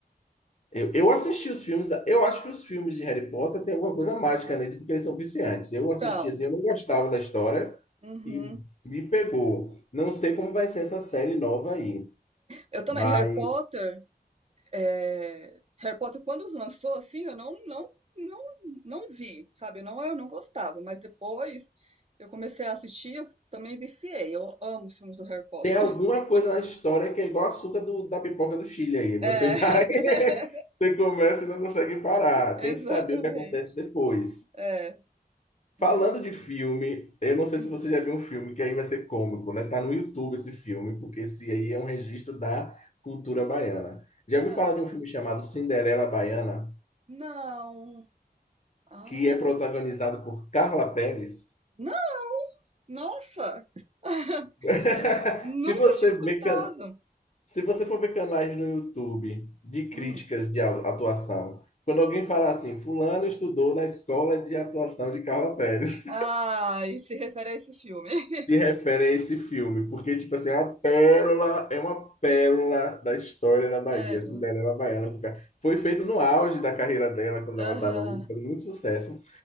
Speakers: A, on the left (about 45°); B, on the right (about 40°).
A: Eu, eu assisti os filmes, eu acho que os filmes de Harry Potter tem alguma coisa mágica neles, porque eles são viciantes. Eu assisti
B: Então,
A: assim, eu não gostava da história
B: uhum.
A: e me pegou. Não sei como vai ser essa série nova aí,
B: Eu também,
A: mas
B: Harry Potter, é, Harry Potter quando lançou, assim, eu não, não, não, não vi, sabe? Eu não, eu não gostava, mas depois eu comecei a assistir, eu também viciei. Eu amo os filmes do Harry Potter.
A: tem alguma coisa na história que é igual açúcar do- da pipoca do Chile aí.
B: É,
A: Você vai,
B: <laughs>
A: <laughs> você começa e não consegue parar.
B: exatamente.
A: Tem que saber o que acontece depois.
B: É. Uhum.
A: Falando de filme, eu não sei
B: Hum.
A: se você já viu um filme que aí vai ser cômico, né? Tá no YouTube esse filme, porque esse aí é um registro da cultura baiana. Já
B: É.
A: ouviu falar de um filme chamado Cinderela Baiana,
B: Não. Ah,
A: que é protagonizado por Carla Pérez?
B: não! Nossa! <laughs>
A: <laughs>
B: Nunca
A: Se você
B: tinha escutado.
A: vê, can- se você for ver canais no YouTube de críticas
B: Hum.
A: de a- atuação, quando alguém fala assim, fulano estudou na escola de atuação de Carla Pérez,
B: Ah, e se refere a esse filme. <laughs>
A: se refere a esse filme, porque, tipo assim, é uma pérola, é uma pérola da história da Bahia,
B: Sério.
A: Cinderela Baiana. com ca- Foi feito no auge da carreira dela, quando
B: Aham.
A: ela estava fazendo muito sucesso,